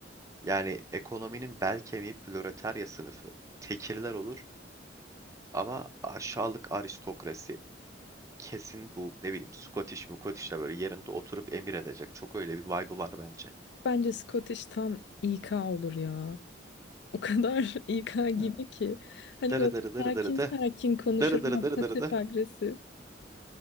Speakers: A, on the right (about 15°); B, on the left (about 65°).
A: Yani ekonominin bel kemiği proletarya sınıfı. Tekirler olur ama aşağılık aristokrasi kesin bu ne bileyim Scottish Mukottish de böyle yerinde oturup emir edecek. Çok öyle bir vibe'ı var bence.
B: Bence Scottish tam İK olur ya. O kadar <laughs> İK
A: Ha.
B: gibi ki. Hani
A: Darı
B: böyle
A: darı darı
B: sakin
A: darı da.
B: sakin konuşur
A: Darı darı
B: ama
A: darı
B: pasif
A: darı da.
B: agresif.